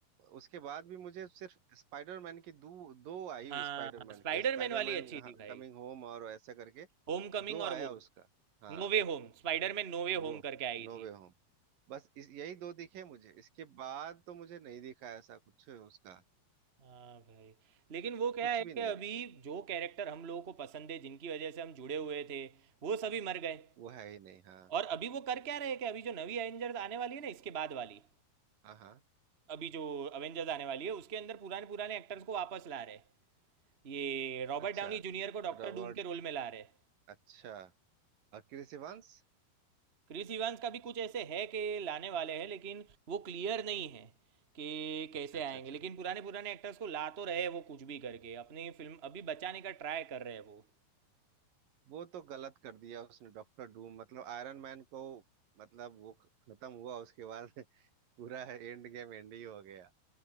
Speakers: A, on the right; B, on the right.
A: उसके बाद भी मुझे सिर्फ स्पाइडरमैन की दो दो आई
B: हाँ
A: स्पाइडरमैन
B: स्पाइडरमैन
A: के स्पाइडरमैन
B: वाली अच्छी थी भाई
A: कमिंग होम और ऐसा करके
B: होम कमिंग
A: दो आया
B: और वो
A: उसका हाँ
B: नो वे होम स्पाइडर में नो वे
A: वो
B: होम करके आई
A: नो
B: थी
A: वे होम बस इस यही दो दिखे मुझे इसके बाद तो मुझे नहीं दिखा ऐसा कुछ उसका
B: हाँ भाई लेकिन वो क्या
A: कुछ
B: है
A: भी
B: कि
A: नहीं
B: अभी
A: दिखा
B: जो कैरेक्टर हम लोगों को पसंद है जिनकी वजह से हम जुड़े हुए थे वो सभी मर गए
A: वो है ही नहीं हाँ
B: और अभी वो कर क्या रहे हैं कि अभी जो नवी एवेंजर्स आने वाली है ना इसके बाद वाली
A: हाँ हाँ
B: अभी जो अवेंजर्स आने वाली है उसके अंदर पुराने पुराने एक्टर्स को वापस ला रहे हैं ये रॉबर्ट
A: अच्छा
B: डाउनी जूनियर को डॉक्टर
A: रॉबर्ट
B: डूम के रोल में ला रहे हैं
A: अच्छा और क्रिस इवांस
B: क्रिस इवांस का भी कुछ ऐसे है कि लाने वाले हैं लेकिन वो क्लियर नहीं है कि कैसे
A: अच्छा अच्छा
B: आएंगे
A: अच्छा
B: लेकिन पुराने पुराने एक्टर्स को ला तो रहे हैं वो कुछ भी करके अपनी फिल्म अभी बचाने का ट्राई कर रहे हैं वो
A: वो तो गलत कर दिया उसने डॉक्टर डूम मतलब आयरन मैन को मतलब वो ख- खत्म हुआ उसके बाद <laughs> पूरा एंड गेम एंड ही हो गया